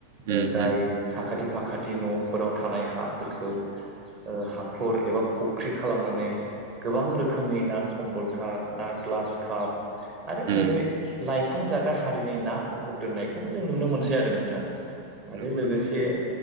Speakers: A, on the right; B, on the right.
A: ओ
B: उम
A: जाय
B: उम
A: साखाथि फाखाथि न'फोराव थानाय हाफोरखौ हाखर एबा फुख्रि खालामनानै गोबां रोखोमनि ना कम्बल कात ना ग्लास कात आरो
B: उम
A: नैबे लाइट बिफां जाग्रा हारिनि ना दोननायखौबो जों नुनो मोनसै आरो नोंथां।
B: नंगौ
A: आरो लोगोसे
B: नंगौ नोंथां